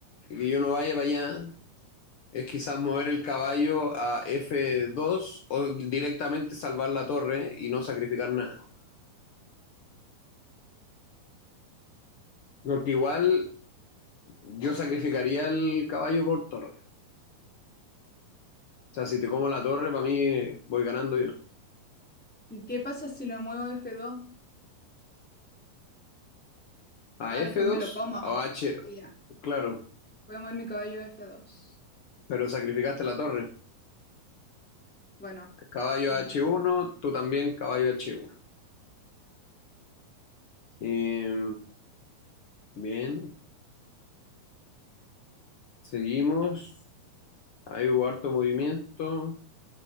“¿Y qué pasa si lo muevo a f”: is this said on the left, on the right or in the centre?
Centre